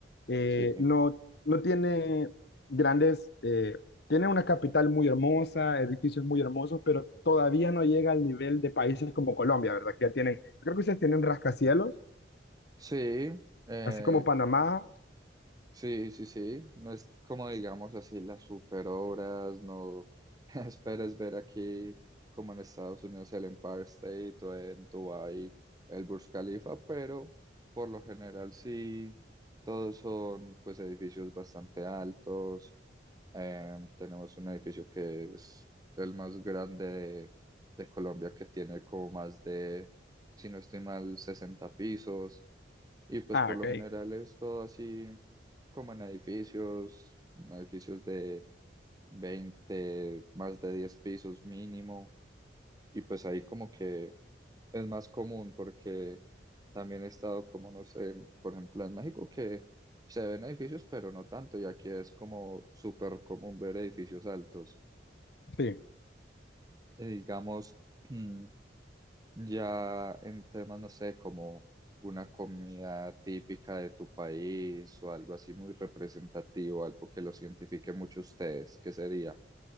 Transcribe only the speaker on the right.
Sí,
sí, eh,
sí, sí, sí. No es como digamos así las super obras, no <laughs> esperes ver aquí como en Estados Unidos el Empire State o en Dubái el Burj Khalifa, pero por lo general sí, todos son pues edificios bastante altos, Eh, tenemos un edificio que es el más grande de, de Colombia, que tiene como más de, si no estoy mal, 60 pisos. Y pues
por lo
general es todo así como en edificios, edificios de 20, más de 10 pisos mínimo y pues ahí como que es más común porque también he estado como, no sé, en- por ejemplo, en México que se ven edificios, pero no tanto, y aquí es como súper común ver edificios altos.
Eh, digamos, mm, ya en temas, no sé, como una comida típica de tu país o algo así muy representativo, algo que los identifique mucho a ustedes, ¿qué sería?